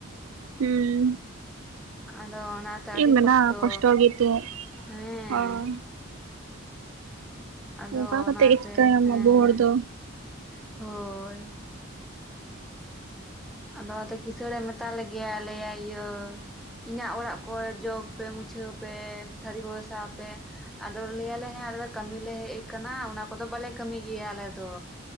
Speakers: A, on the right (about 80°); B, in the centre.
A: ᱦᱩᱸ
B: ᱟᱫᱚ ᱚᱱᱟᱛᱮ
A: ᱪᱮᱫ
B: ᱟᱹᱰᱤ
A: ᱮᱢ ᱢᱮᱱᱟ
B: ᱠᱚᱥᱴᱚ,
A: ᱜᱮᱛᱚ
B: ᱦᱮᱸᱼᱼ
A: ᱦᱳᱭ
B: ᱟᱫᱚ
A: ᱚᱱᱠᱟ
B: ᱚᱱᱟᱛᱮ,
A: ᱠᱟᱛᱮᱜ ᱜᱮ ᱪᱤᱠᱟᱭᱟᱢ
B: ᱦᱮᱸ
A: ᱟᱵᱚ ᱦᱚᱲ
B: ᱦᱮᱸ
A: ᱫᱚ
B: ᱦᱳᱭ ᱾ ᱟᱫᱚ ᱚᱱᱟᱛᱮ ᱠᱤᱥᱟᱹᱬᱮ ᱢᱮᱛᱟ ᱞᱮᱜᱮᱭᱟ, ᱞᱟᱹᱭᱟᱭ ᱤᱭᱟᱹᱼᱼ ᱤᱧᱟᱹᱜ ᱚᱲᱟᱜ ᱠᱚᱨᱮ ᱡᱚᱜᱽ ᱯᱮ, ᱢᱩᱪᱷᱟᱹᱣ ᱯᱮ, ᱛᱷᱟᱹᱨᱤ ᱠᱚ ᱜᱟᱥᱟᱣ ᱯᱮ ᱾ ᱟᱫᱚ ᱞᱟᱹᱭᱭᱟᱞᱮ ᱦᱮ ᱟᱞᱮ ᱫᱚ ᱠᱟᱹᱢᱤᱞᱮ ᱦᱮᱡ ᱠᱟᱱᱟ ᱚᱱᱟ ᱠᱚᱫᱚ ᱵᱟᱞᱮ ᱠᱟᱹᱢᱤ ᱜᱮᱭᱟ ᱟᱞᱮ ᱫᱚ